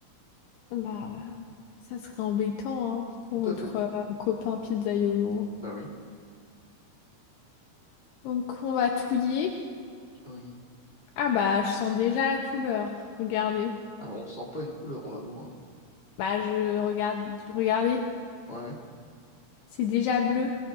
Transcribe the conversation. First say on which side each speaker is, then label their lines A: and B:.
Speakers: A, on the left (about 80°); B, on the left (about 20°).
A: Bah ouais, ça serait embêtant hein, pour
B: Tout
A: votre
B: à fait.
A: euh, copain pizzaïolo.
B: Bah oui.
A: Donc on va touiller.
B: Oui.
A: Ah bah je sens déjà la couleur. Regardez.
B: Alors on sent pas une couleur, on la voit.
A: Bah je regarde. Regardez.
B: hein. Ouais.
A: C'est déjà bleu.